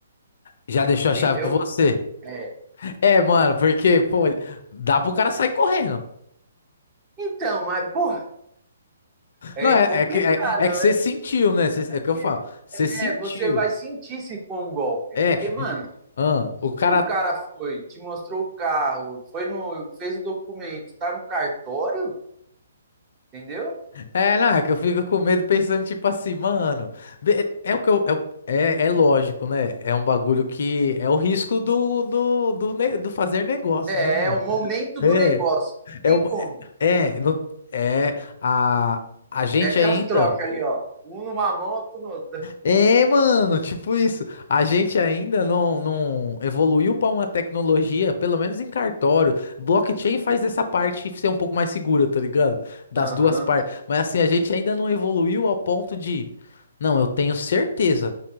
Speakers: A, on the left (about 60°); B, on the right (about 25°).
A: já deixou a
B: entendeu?
A: chave com você.
B: É.
A: É, mano, porque, pô, dá pro cara sair correndo.
B: Então, mas, pô, é
A: Não, é,
B: complicado,
A: é que, é, é que você
B: né?
A: sentiu, né? Você-
B: Porque,
A: é o que eu falo. Você
B: é,
A: sentiu.
B: você vai sentir se for um golpe.
A: É.
B: Porque, mano,
A: m- ah, o cara.
B: se o cara foi, te mostrou o carro, foi no, fez o documento, tá no cartório, entendeu?
A: É, não, é que eu fico com medo pensando, tipo assim, mano. be- É, o que eu. É, o- é, é lógico, né? É um bagulho que. É o risco do, do, do, ne- do fazer negócio, né,
B: É,
A: mano?
B: é o momento do
A: É.
B: negócio. Não tem
A: É. o-
B: como.
A: É. não- é a, a gente
B: É aquela
A: ainda.
B: troca ali, ó. Um numa mão, outro no outra.
A: É, mano, tipo isso. A gente ainda não, não evoluiu para uma tecnologia, pelo menos em cartório. Blockchain faz essa parte ser um pouco mais segura, tá ligado? Das
B: Aham.
A: duas partes. Mas assim, a gente ainda não evoluiu ao ponto de, não, eu tenho certeza.